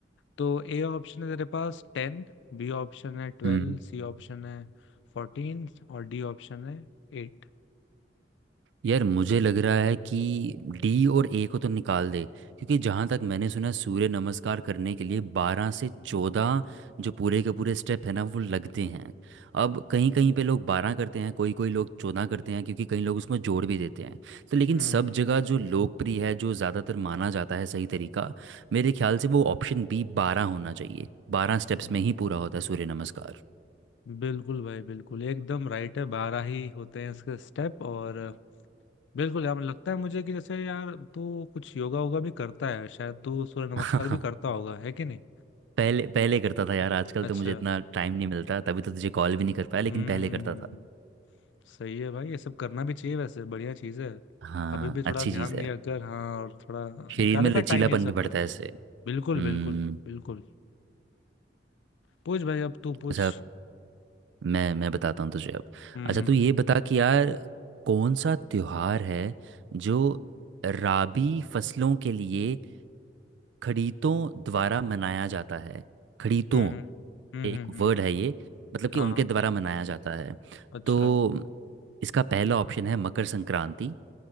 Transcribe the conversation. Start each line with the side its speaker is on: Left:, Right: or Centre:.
Left: तो ए ऑप्शन है तेरे पास टेन बी ऑप्शन है ट्वेल्व
Right: हम्म
Left: सी ऑप्शन है फोर्टीन और डी ऑप्शन है एट
Right: यार मुझे लग रहा है कि डी और ए को तो निकाल दे क्योंकि जहाँ तक मैंने सुना सूर्य नमस्कार करने के लिए बारह से चौदह जो पूरे के पूरे स्टेप है ना वो लगते हैं अब कहीं कहीं पे लोग बारह करते हैं कोई कोई लोग चौदह करते हैं क्योंकि कई लोग उसमें जोड़ भी देते हैं तो लेकिन
Left: हम्म
Right: सब जगह जो लोकप्रिय है जो ज़्यादातर माना जाता है सही तरीका मेरे ख्याल से वो ऑप्शन बी बारह होना चाहिए बारह स्टेप्स
Left: हम्म,
Right: में ही पूरा होता है सूर्य नमस्कार
Left: बिल्कुल भाई बिल्कुल एकदम राइट है बारह ही होते हैं इसके स्टेप और बिल्कुल यार लगता है मुझे कि जैसे यार तू कुछ योगा वोगा भी करता है शायद तू सूर्य नमस्कार
Right: <laughs>
Left: भी करता होगा है कि नहीं
Right: पहले पहले करता था यार आजकल
Left: अच्छा
Right: तो मुझे इतना टाइम नहीं मिलता तभी तो तुझे कॉल भी नहीं कर पाया लेकिन
Left: हम्म
Right: पहले करता था
Left: सही है भाई ये सब करना भी चाहिए वैसे बढ़िया चीज है
Right: हाँ
Left: अभी भी थोड़ा
Right: अच्छी
Left: ध्यान
Right: चीज़
Left: दिया
Right: है
Left: कर हाँ और थोड़ा
Right: शरीर
Left: निकाला
Right: में
Left: कर
Right: लचीलापन
Left: टाइम ये सब
Right: भी बढ़ता
Left: का
Right: है इससे
Left: बिल्कुल
Right: हम्म
Left: बिल्कुल बिल्कुल पूछ भाई अब तू पूछ
Right: अच्छा मैं मैं बताता हूँ तुझे अब
Left: हम्म
Right: अच्छा तू ये
Left: हम्म
Right: बता कि यार कौन सा त्योहार है जो राबी फसलों के लिए खड़ीतों द्वारा मनाया जाता है खड़ीतों
Left: हम्म हम्म हम्म
Right: एक
Left: हम्म, हम्म,
Right: वर्ड है ये मतलब कि
Left: हाँ
Right: उनके द्वारा मनाया जाता है
Left: अच्छा
Right: तो इसका पहला ऑप्शन है मकर संक्रांति